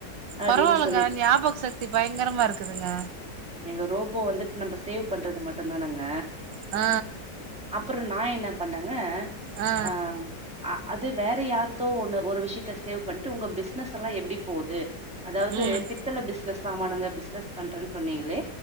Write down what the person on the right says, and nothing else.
பரவாயில்லைங்க
ஞாபக சக்தி பயங்கரமா இருக்குதுங்க
ஆ
ஆ
ம்